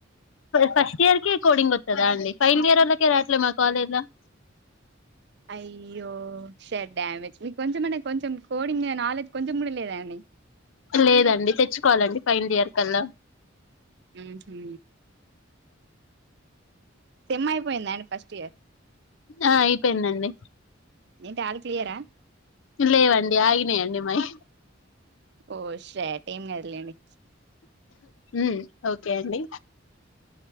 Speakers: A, on the left; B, on the right.
A: ఫస్ట్ ఇయర్ కే కోడింగ్ వస్తదా అండి ఫైనల్ ఇయర్ ఒళ్ళకే రాట్లే మా కాలేజ్ ల
B: <inaudible> అయ్యో షెట్ డ్యమేజ్ మీకు కొంచెం అంటే కొంచెం కోడింగ్ మీద నాలెడ్జ్ కొంచెం గూడా లేదా లెదండి
A: లేదండి తెచ్చుకోవాలి అండి ఫైనల్ ఇయర్ కల్లా
B: ఉ హూ సెమ్ అయిపోయింద అండి ఫస్ట్ ఇయర్
A: ఆ అయిపోయిందండి
B: ఏంటి ఆల్ క్లియర్ ఆ
A: లేవండి ఆగినయండి మాయి
B: ఓ షెట్ ఏం గాదు లెండి
A: ఉమ్ ఓకే అండి